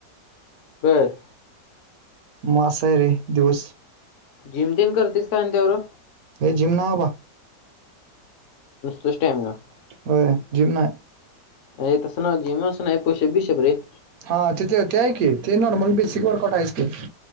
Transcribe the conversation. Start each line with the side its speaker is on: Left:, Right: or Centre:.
Left: बर.
Right: म आसय रे दिवस.
Left: जिम तेन करतेस का आणि त्यावर?
Right: हे जीम ना बा.
Left: सुुष्ट आहे म <inaudible>
Right: होय जिम नाय.
Left: ए तसं नव जिमच नाय. पुषब भिशब रे?
Right: हा तेिथे ते आहे की, ते नॉर्मल बेसिक वर्कट आहेस की.